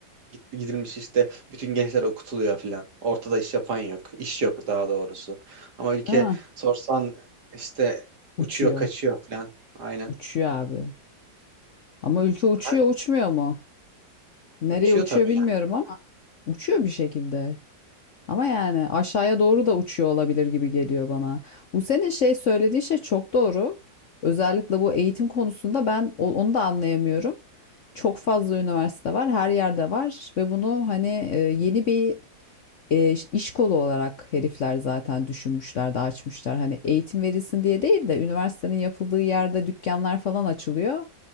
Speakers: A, on the right (about 55°); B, on the left (about 55°).
A: git- gidilmiş işte bütün gençler okutuluyor filan. Ortada iş yapan yok. iş yok daha doğrusu. Ama ülke
B: Değil mi?
A: sorsan işte
B: Uçuyor.
A: uçuyor, kaçıyor filan. Aynen.
B: Uçuyor abi. Ama ülke uçuyor,
A: Ha,
B: uçmuyor mu? Nereye
A: uçuyor
B: uçuyor
A: tabii
B: bilmiyorum
A: yani.
B: ama uçuyor bir şekilde. Ama yani aşağıya doğru da uçuyor olabilir gibi geliyor bana. Bu senin şey söylediği şey çok doğru. Özellikle bu eğitim konusunda ben o- onu da anlayamıyorum. Çok fazla üniversite var, her yerde var ve bunu hani e, yeni bir e, iş kolu olarak herifler zaten düşünmüşler de açmışlar. Hani eğitim verilsin diye değil de üniversitenin yapıldığı yerde dükkanlar falan açılıyor.